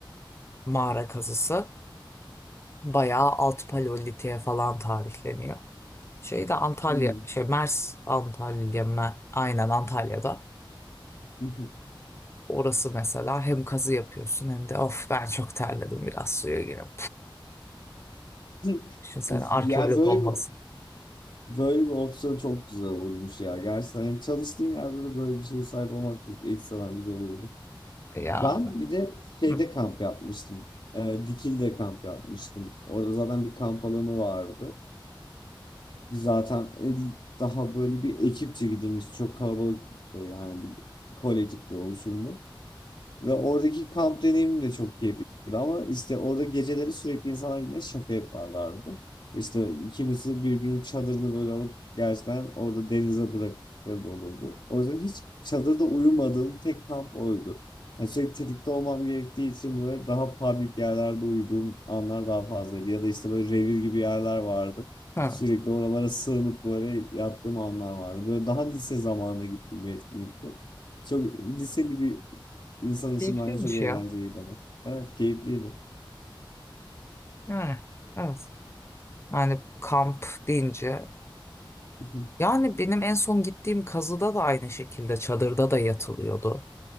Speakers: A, on the left; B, on the left.
A: mağara kazısı. Bayağı alt paleolitiğe falan tarihleniyor. Şey de Antalya,
B: Hı hı.
A: şey Mers Antalya, Me- aynen Antalya'da.
B: Hı hı.
A: Orası mesela hem kazı yapıyorsun hem de of ben çok terledim biraz suya gireyim.
B: <laughs>
A: Şimdi sen
B: Of
A: arkeolog
B: yani böyle
A: olmasın.
B: bir Böyle bir opsiyon çok güzel olmuş ya. Gerçekten yani çalıştığın yerde de böyle bir şeye sahip olmak ekstradan güzel olurdu.
A: Ya.
B: Ben bir de şeyde
A: Hı.
B: kamp yapmıştım. Ee, Dikil'de kamp yapmıştım. Orada zaten bir kamp alanı vardı. Biz zaten e, daha böyle bir ekipçe gidilmişti. Çok kalabalıktı yani bir kolektif bir oluşumdu. Ve oradaki kamp deneyimim de çok keyifliydi ama işte orada geceleri sürekli insanlar birbirine şaka yaparlardı. İşte kimisi birbirinin çadırını böyle alıp gerçekten orada denize bıraktıkları da olurdu. O yüzden hiç çadırda uyumadığım tek kamp oydu. Yani sürekli tetikte olmam gerektiği için böyle daha public yerlerde uyuduğum anlar daha fazlaydı. Ya da işte böyle revir gibi yerler vardı.
A: Hı.
B: Sürekli oralara sığınıp böyle yattığım anlar vardı. Böyle daha lise zamanına gittiğim bir etkinlikti. Çok liseli bir İnsan isimleri
A: Keyifliymiş
B: çok eğlenceliydi
A: ya.
B: ama. Evet, keyifliydi.
A: Yani. Evet. Yani kamp deyince.
B: <laughs>
A: Yani benim en son gittiğim kazıda da aynı şekilde çadırda da yatılıyordu.